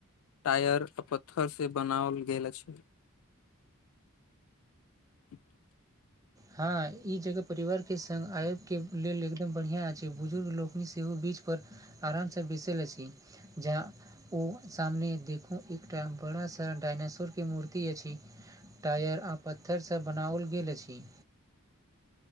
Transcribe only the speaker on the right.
हँ ई जगह परिवारके सङ्ग आयके लेल एकदम बढ़िआँ अछि बुजुर्ग लोकनि सेहो बीजपर आरामसँ बैसल अछि जा ओ सामने देखू एकटा बड़ा सा डायनासोर के मूर्ति अछि टायर आ पत्थरसँ बनाओल गेल अछि